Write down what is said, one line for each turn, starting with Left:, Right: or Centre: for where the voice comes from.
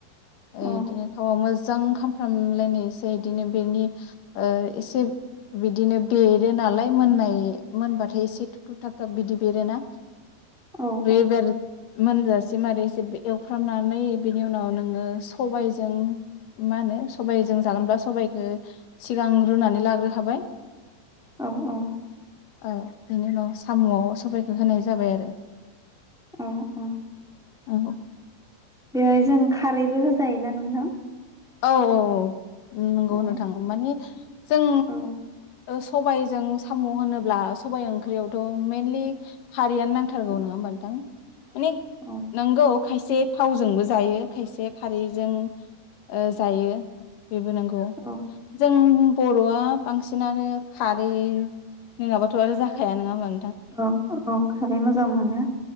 Centre: अ
Left: एदिनो थावा मोजां खामफ्राम लायनाय एसे बेनि एसे बेदिनो बेरो ना नलाय मोननाय मोनबाथाय एसे थु थुब थाब थाब बिदि बेरोना
Centre: औ
Left: बै
Centre: औ
Left: बेर मोनजासे मारैसे एवफ्रामनानै बिनि उनाव नोङो सबाइजों मा होनो सबाइजों जागोनब्ला सबाइखौ सिगां रुनानै लाग्रो हाबाय
Centre: औ औ
Left: औ बेनि उनाव साम'आव सबाइखौ होनाय जाबाय आरो
Centre: औ औ
Left: औ
Centre: बेहाय जों खारैबो होजायोना नोंथां
Left: औ औ नंगौ
Centre: औ
Left: होननो थाङो माने जों
Centre: औ
Left: सबाइजों साम' होनोब्ला सबाइ ओंख्रियावथ' मेनलि खारैयानो नां थारगौ
Centre: औ
Left: नङा होमबा नोंथां माने
Centre: औ
Left: नोंगौ खायसे थावजोंबो जायो खायसे हारिजों ओ जायो बेबो नंगौ
Centre: औ
Left: जों बर'आ बांसिनानो खारै नङाबाथ' आरो जाखाया नङाबा
Centre: औ औ खारै मोजां मोनो